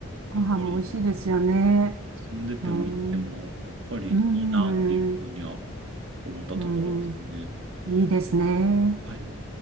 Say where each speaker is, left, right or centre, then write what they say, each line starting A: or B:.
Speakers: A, on the right; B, on the right.
A: ご飯も美味しいですよね。
B: やっぱり住んでても行っても、
A: うん。
B: やっぱりいいなっていうふうには
A: うん。
B: 思ったところですね。
A: うん。いいですね。
B: はい。